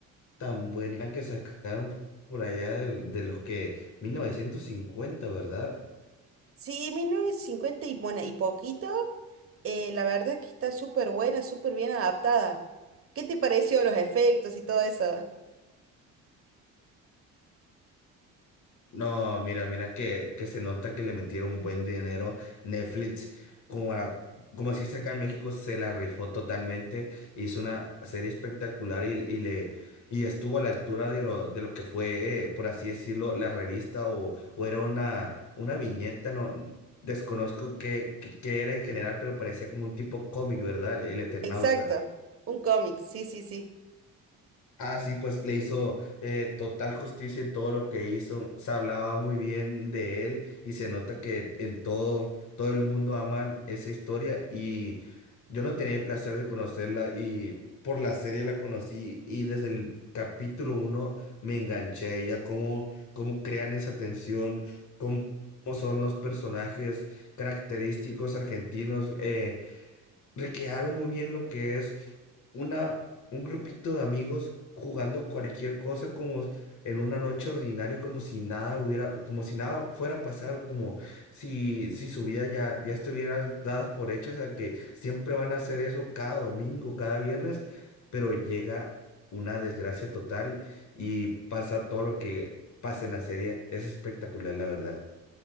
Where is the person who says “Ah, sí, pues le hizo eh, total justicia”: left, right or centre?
Left